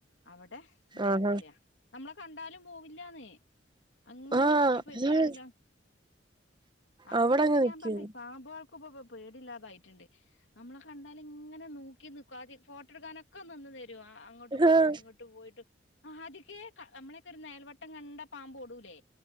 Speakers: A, on the left; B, on the right.
A: അവിടെ ഇതേപോലെയ.
B: ആഹാ
A: നമ്മളെ കണ്ടാലും പോവില്ലാന്നേ. അങ്ങനെ
B: ആഹ്
A: ചുറ്റിപ്പറ്റി
B: അതാണ്
A: അതില ആദ്യക്കത്ര
B: അവിടങ്ങ് നിക്കുന്നു
A: ഞാൻ പറഞ്ഞ് പാമ്പാൾ. ക്കും പോ പ്പോ പേടില്ലാതായിട്ട്ണ്ട്. നമ്മളെ കണ്ടാല് ഇങ്ങനെ നോക്കി നിക്കു ആദ്യ ഫോട്ടോ എടുക്കാനൊക്കെ നിന്ന് തരും. ആഹ് അങ്ങോട്ട്
B: ആഹ്
A: പോയിട്ടും ഇങ്ങോട്ട് പോയിട്ടും ക്കെ ആദ്യകേ നമ്മളൊക്കെ ഒരു നെഴൽവട്ടം കണ്ട പാമ്പ് ഓടൂലേ.